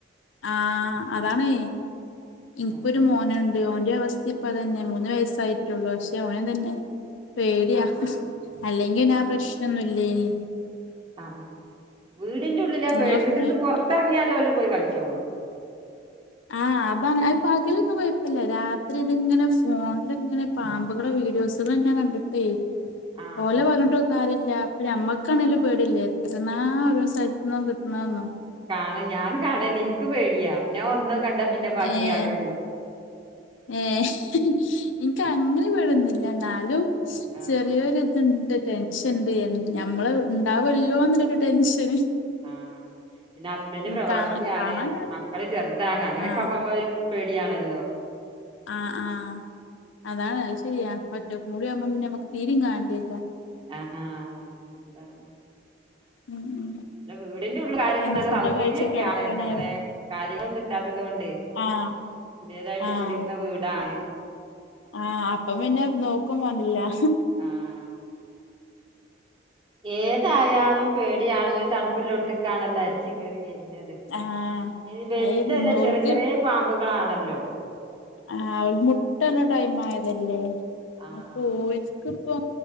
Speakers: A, on the left; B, on the right.
A: ആഹ് അതാണേ ഇൻക്കൊരു
B: ആഹ്
A: മോനുണ്ട് ഓന്റെ അവസ്ഥിം ഇപ്പ തന്നെ മൂന്ന് വയസ്സായിട്ടുള്ളൂ പക്ഷെ അവനുംതന്നെ പേട്യാ
B: ആഹ് ആഹ്
A: അല്ലെങ്കി പിന്നെ
B: ആഹ്
A: ആ പ്രശ്‌നൊന്നില്ലേനിം
B: അതെ ആഹ് ആഹ് ആഹ് വീടിൻ്റെ ഉള്ളില
A: നിങ്ങളെ
B: പേടി
A: ഫുഡ്
B: വീട്ടിന്ന്
A: കഴി
B: പൊറത്തെറങ്ങിയാല് ഓല് പോയി കളിച്ചോളും
A: ആഹ് അബക പകലൊന്നും കൊയപ്പില്ല രാത്രി ഇതിങ്ങനെ ഫോണില് ഇങ്ങനെ പാമ്പുകളെ വീഡിയോസുകളെന്നെ കണ്ടിട്ടേ
B: ആഹ്
A: ഓലെ
B: ആഹ്
A: പറഞ്ഞിട്ട് കാര്യല്ല അപ്പൊ ഞമ്മക്കാണെലും പേട്യല്ലേ എത്രണ്ണാ ഓരോ സ്ഥലത്തുന്നും കിട്ടണെന്നോ
B: കാണും ഞാൻ കാണല്ല ഇനിക്ക് പേടിയാ ഞാൻ ഒന്ന് കണ്ട പിന്നെ ബാക്കി
A: ഏഹ്
B: കാണലില്ല
A: ഏഹ് എനിക്ക് അങ്ങനെ പേട്യൊന്നില്ല ന്നാലും
B: ആഹ്
A: ചെറിയൊരു ഇതുണ്ട് ടെൻഷൻ ഇണ്ട് എ ഞമ്മള് ഇണ്ടാവല്ലോന്നുള്ളരു ടെൻഷന്
B: ആഹ് പിന്നെ ഹസ്ബൻഡ്
A: ഉം
B: പ്രവാസിയാണ്
A: കാണാൻ കാണാന്
B: മക്കള് ചെറുതാണ് അങ്ങനെയൊക്കെ
A: ആഹ്
B: ആമ്പോ അമ്മള് ഒരു പേടിയാണല്ലോ
A: ആഹ് ആഹ് അതാണ് അത് ശരിയാ ഒറ്റക്കും കൂടി ആവുമ്പോ പിന്നെ മ്മക്ക് തീരെം കാണണ്ടി വര്യല്ല
B: ആഹ് ആഹ് അതാണ്
A: ഉം ഉം
B: പിന്നെ വീടിന്റെറെ ഉള്ള് കാര്യൊക്കെ
A: എന്താ
B: നല്ല
A: ഫുഡൊക്കെ
B: സൗകര്യൊക്കെയാണ്
A: കഴിച്ച് കെടക്കാനായോ
B: അങ്ങനെ കാര്യങ്ങളൊന്നും ഇല്ലാത്തത് കൊണ്ട്
A: ആഹ്
B: പുതിയതായിട്ട്
A: ആഹ്
B: കുടിരുന്ന വീടാണ്
A: ആഹ് അപ്പം പിന്നെ നോക്കും വേണ്ടി വരില്ല
B: ആഹ് ഏതായാലും പേടിയാണ് ഓര് തണുപ്പിലൊടുത്തക്കാണല്ലോ അരിച്ച് കേറി വരണത്
A: ആഹ്
B: അയിന് വലുതല്ല
A: അത് ഓൽക്ക്
B: ചെറിയ ചെറിയ പാമ്പുകളാണല്ലോ
A: ആഹ് അവര് മുട്ടടണ ടൈം ആയതല്ലേ
B: ആഹ്
A: അപ്പോ
B: ആഹ്
A: ഓൽക്ക് ഇപ്പൊ